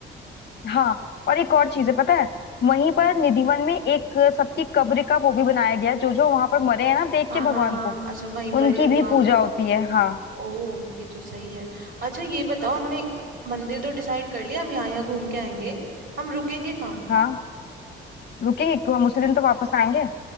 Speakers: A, on the left; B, on the right.
A: हाँ और एक और चीज है पता है वहीं पर निधिवन में एक सबकी कब्र का वो भी बनाया गया है, जो जो वहां पर मरे हैं ना देख
B: हाँ
A: के भगवान
B: हाँ हाँ
A: को
B: अच्छा वहीं
A: उनकी
B: पर ही उनका
A: भी पूजा होती है हाँ
B: ओ ये तो सही है अच्छा ये बताओ हमने मंदिर तो डिसाइड कर लिया हम यहाँ यहाँ घूम के आएंगे हम रुकेंगे कहाँ
A: हाँ रुकेंगे क्यों हम उसी दिन तो वापस आएंगे